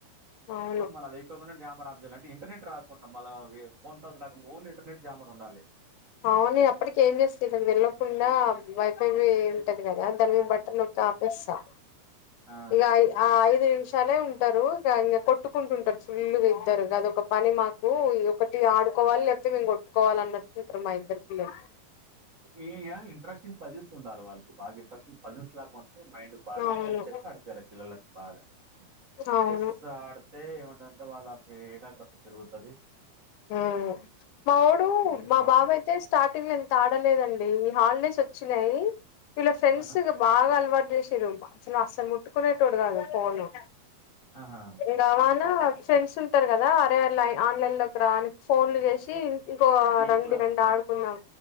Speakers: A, on the left; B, on the right.
A: అవును
B: అ మళ్ళ అది అయిపోగనే జామర్ ఆప్ జేయాలా అంటే ఇంటర్నెట్ రాకుండా మళ్ళ వే ఫోన్ కల్స్ రాకు ఓన్ లో ఇంటర్ నెట్ జామర్ ఉండాలి
A: అవును నేను అప్పడికి ఏం జేస్త ఇళ్ళకి తెల్వకుండా వైఫై ఉంటది కదా దాని మీద బటన్ నొక్ తాపిస్సా
B: ఆ
A: ఇగ ఆ ఐదు నిమిషాలే ఉంటారు ఇగ ఇంక కొట్టుకుంటుంటారు ఫుల్గా ఇద్దరు అదొక పని మాక్ కు ఒకటి ఆడుకోవాలి లేకపోతే మేము కొట్టుకోవాలి అన్నట్టుకుంటారు మా ఇద్దరికి పిల్లలు
B: ఈ యా ఇంట్రెస్టింగ్ పజిల్స్ ఉండాలి వాళ్ళకి బాగా ఇంట్రెస్టింగ్ పజిల్స్ లాగా ఉంటే మైండ్ బా
A: అవును
B: చెస్ ఆడిపియల పిల్లలకి బాగా
A: అవును
B: చెస్ ఆడు తే ఏమంటంటే వాళ్ళకి ఏకాగ్రత జరుగుతది
A: హ్మ్ మా వోడు
B: తిదిమార్తారు
A: మా బాబైతే స్టార్టింగ్ ల ఇంతాడలేదండి ఈ హాలిడేస్ ఒచ్చినయి వీళ్ళ ఫ్రెండ్స్
B: ఆహా
A: ఇగ బాగలవాట్ జేషీర్రు అసలు అస్సలు ముట్టుకునేటోడు గాదు ఫోను
B: ఆహా
A: గవానా ఫ్రెండ్స్ ఉంటారు కదా అరేలై ఆన్లైన్ లోకి రాని ఫోన్లు చేసి ఇంకో
B: ఏ
A: రండి
B: క్లాస్
A: రండ్ ఆడుకున్నాం